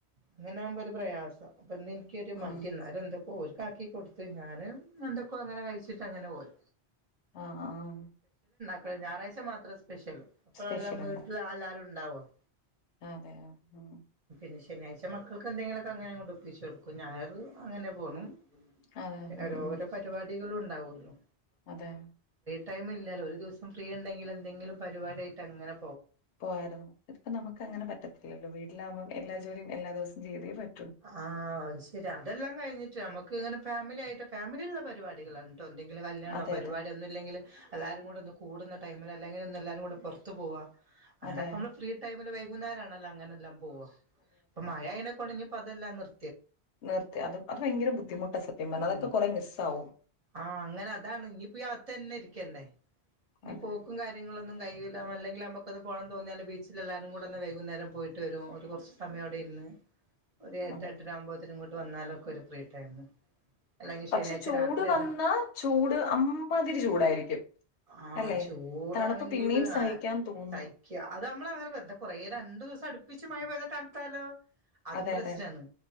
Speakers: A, on the right; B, on the left.
A: അങ്ങനെ ആകുമ്പോ ഒരു പ്രയാസ അപ്പൊ എനിക്കൊരു മടി
B: ഉം
A: എന്നാലും എന്തൊക്ക ഓര്ക്കാക്കി കൊടുത്തു ഞാന് എന്തൊക്കോ അങ്ങനെ കഴിച്ചി് അങ്ങനെ പോയി
B: ആഹ ആഹ്
A: അ ഞായറാഴ്ച മാത്രം സ്പെഷ്യല് അപ്പോഴ
B: സ്പെഷ്യൽ
A: എല്ലാം വീട്ടിൽ
B: ഉണ്ടാവും
A: എല്ലാവാരും ഉണ്ടാവും
B: അതെ ഉ
A: പിെ ശനാഴ്ച മക്കൾക്ക് എന്തെങ്കിലുമൊക്കെ അങ്ങനെങ്ങ കൊോണ്ട് ഒപ്പിച്ചച്ച് കൊടുക്കും ഞായർ അങ്ങനെ പോകും
B: അതെ
A: പിന്നെ
B: ഉം
A: ഓരോരോ
B: ഉം
A: പരിപാടികളും ഉണ്ടാവള്ളോ
B: അതെ
A: ടൈമില്ലാ ഒരു ദിവം ഫ്രീ ഉണ്ടെങ്കിൽ എന്തെങ്കിലും പരിപാടായിയിട്ട്ങ്ങനെ
B: പോയരുന്നു ഇതിപ്പ നമുക്ക് അങ്ങനെ പറ്റത്തില്ലല്ലോ വീലാവുമ്പം എല്ലാ ജോലിയും എല്ലാ ദിവസം ചെയ്തേ പറ്റും
A: ആഹ അത് ശരി അതെല്ലാം കഴിഞ്ഞിട്ട് നമുക്ക് ഇങ്ങനെ ഫാമിലി ആയിട്ട് ഫാമിലിള്ള പരിപാടികളണ്ട് കേട്ടോ എന്തെങ്കിലും കല്യാണോ
B: അതെ
A: പരിപാടി
B: അതെ
A: ഒന്നും ഇെങ്കിൽ എല്ലാരും കൂ ഒന്ന് കൂടുന്നടൈമിൽ അല്ലെങ്കിൽ ഒ എല്ലാരും കൂടെറത്തു പോവാ അങ്ങനെ
B: അതെ
A: അപ്പ നമ്മള് ഫ്രീ ടൈമ നാരാണല്ലോ അങ്ങനെല്ലാം പോവവാ അപ്പൊ മഴനെ കൊൊഞ്ഞപ്പോൊ അതെല്ലാം നിർ
B: നിർത്തെ അത് അത് ഭയങ്കര ബുദ്ധിമുട്ടാണ് സത്യം പറഞ്ഞ
A: ഉം
B: അതൊക്കെ കുറെ മിസ് ആാവും
A: ആഹ് അങ്ങനെ അതാണ് ഇനിപ്പോ അവത്ത തന്നെ ഇരിക്കണ്ടേ ഇനി
B: അതെ
A: പോക്കും കാര്യങ്ങളൊന്നും ഒന്ന കയില്ല അല്ലെങ്കിൽ നമുക്കത് പോണം തോിയാല് ബീച്ചിൽ എല്ലാരും കൂടെ ഒന്ന് വൈകുന്നേരം പോയിട്ട് വര ഒരു കുറച്ച് സയോടെ ഒരു എട്ട
B: അതെ
A: എട്ടിന ആകുമ്പോന് ഇങ്ങോട്ട് വന്നാലൊക്കെ ഒരു ഫ്രീ ടൈം അല്ലെങ്കിൽ
B: പക്ഷെ
A: ശനിയാഴ്ച
B: ചൂട്
A: രാത്രിയല്ല
B: വന്ന ചൂട് അ്മാതിരി ചൂടായിരിക്കും
A: ആ
B: അല്ലെ
A: ചൂടാണെങ്കിൽ
B: തണുപ്പ് പിന്നെയും സഹിക്കാൻ
A: ആ
B: തോന്നുന്നു
A: തയ്ക്ക അത് നമ്മൾ അങ്ങനെ വര കൊറെ രണ്ടു ദിവസം അടുപ്പിച്ചച്ച് മഴ പോ്ത തണത്താലോ അതും
B: അതെ
A: പ്രശ്നമാണ്
B: അതെ